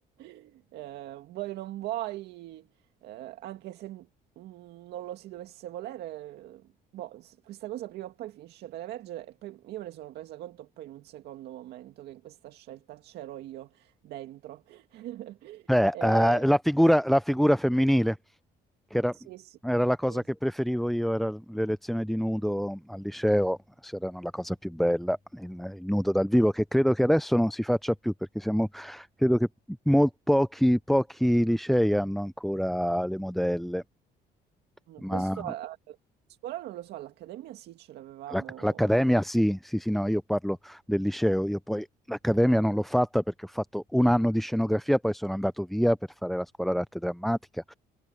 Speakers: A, on the right (about 75°); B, in the centre.
A: <laughs> Eh, vuoi non vuoi, eh, anche se mm, non lo si dovesse volere, boh, s- questa cosa prima o poi finisce per emergere e poi io me ne sono resa conto poi in un secondo momento che in questa scelta c'ero io dentro. <laughs>
B: Beh,
A: Eh,
B: eh, la figura, la figura femminile, che era,
A: sì, sì,
B: era la cosa
A: sì.
B: che
A: sì.
B: preferivo io, era le lezioni di nudo al liceo, se erano la cosa più bella, il, il nudo dal vivo, che credo che adesso non si faccia più, perché siamo, credo che mol- pochi, pochi licei hanno ancora le modelle,
A: Mm,
B: ma...
A: Questo a a scuola non lo so, all'accademia sì, ce l'avevamo.
B: L'ac- L'accademia sì, sì, sì, no, io parlo del liceo, io poi l'accademia non l'ho fatta perché ho fatto un anno di scenografia, poi sono andato via per fare la scuola d'arte drammatica